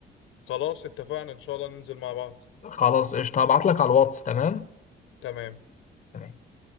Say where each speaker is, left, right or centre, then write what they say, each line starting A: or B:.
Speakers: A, on the left (about 85°); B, on the left (about 40°).
A: خلاص اتفقنا إن شاء الله ننزل مع بعض
B: خلاص قشطه هبعت لك على الواتس تمام
A: تمام
B: تمام